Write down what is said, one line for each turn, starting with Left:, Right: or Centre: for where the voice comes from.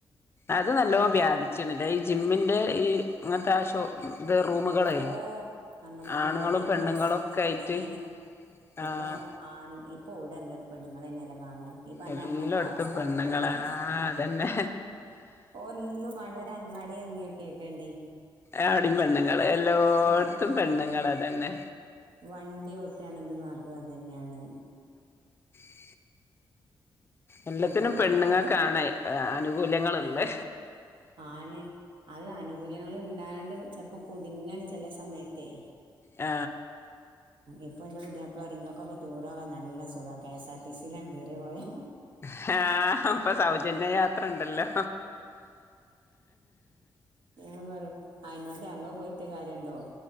Left: അത് നല്ലോ വ്യാപിച്ചിണില്ല ഈ ജിമ്മിന്റെ ഈ അങ്ങനത്തെ ഷോ ഇത് റൂമുകളെ
Right: ഓഹ് കണ്ടമാനണ്ട്
Left: ആണുങ്ങളും
Right: അയിന്
Left: പെണ്ണുങ്ങളും
Right: പൈസ കൊണ്ട്
Left: ഒക്കെ
Right: തള്ളീനേന്-
Left: ആയിട്ട് ആഹ്
Right: ഇപ്പൊ ആണ് ഇപ്പൊ വിടെ ഇറങ്ങിയാലും പെണ്ണുങ്ങൾ തന്നെയല്ല ന് ഈ പറഞ്ഞ
Left: എല്ലോട്ത്തും
Right: നമ്മളൊക്കവസ്ഥ
Left: പെണ്ണുങ്ങളാ
Right: തന്നെല്ലേ
Left: ആഹ് അതന്നെ
Right: ഒന്നും വാണ്ട. ഒരങ്ങാടി എറങ്ങിക്കെക്കണ്ടി
Left: അവിടിം പെണ്ണുങ്ങള് എല്ലോട്ത്തും
Right: ഉം.
Left: പെണ്ണുങ്ങള തെന്നെ.
Right: വണ്ടി ഓട്ടുവാണെങ്കിലും അതും അതന്നെയാണ്.
Left: ഉ <inaudible> എല്ലത്തിനും
Right: ഇവിടുന്ന് പുതിയാപ്പിള
Left: പെണ്ണുങ്ങൾക്കാണെ
Right: പറയും
Left: ആനുകൂല്യങ്ങള്
Right: ഉം.
Left: ള്ള്.
Right: ആണ്, അവര് ആനുകൂല്യങ്ങള് ണ്ടായോണ്ട് ചെലപ്പോം കുടുങ്ങാണ് ചെല സമയത്തെ.
Left: ആ
Right: ഇപ്പൊന്റെ പുത്യാപ്പളറിൻ ങ്ങൾക്കൊക്കെ ടൂറോകാൻ നല്ല സുഖ, K S R T C ലങ്ങട്ട് കേറി പോയോ
Left: ഹാ പ്പൊ സൗജന്യ യാത്രണ്ടല്ലോ.
Right: ാ പറ അയിോണ്ട് ഞങ്ങള് പോയിട്ട് കാര്യംണ്ടോ